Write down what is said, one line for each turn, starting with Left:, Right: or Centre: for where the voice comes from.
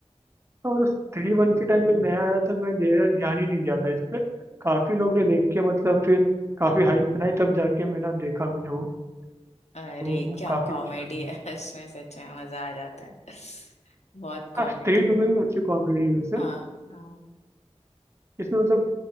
Right: हाँ मतलब थ्री वन के टाइम जब नया आया था मैं दे- ध्यान ही नहीं दिया था इस पे काफी लोग ने देख के मतलब फिर काफी हाइप बनाई तब जाके मैंने देखा मैंने वो
Left: अरे
Right: वो, वो
Left: क्या
Right: काफी
Left: कॉमेडी
Right: अच्छी लगी
Left: है <laughs> इसमें सच में मजा आ जाता है बहुत कॉमेडी
Right: हाँ स्त्री टू में भी अच्छी कॉमेडी है वैसे
Left: हाँ हाँ
Right: इसमें मतलब